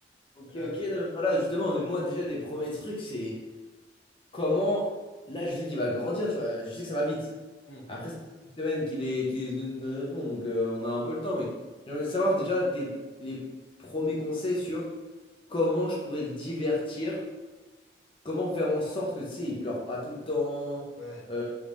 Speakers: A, on the left; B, on the left.
A: Ok,
B: Euh,
A: ok, non, mais voilà, justement, mais moi déjà, les premiers trucs, c'est... Comment, là, je sais qu'il va grandir, tu vois, je sais que ça va vite.
B: hmm,
A: Après, ça fait une semaine qu'il est, qu'il est de, de notre monde, donc euh, on a un peu le temps, mais j'aimerais savoir déjà tes- les premiers conseils sur comment je pourrais le divertir, comment faire en sorte que, tu sais, il pleure pas tout le temps,
B: ouais.
A: euh,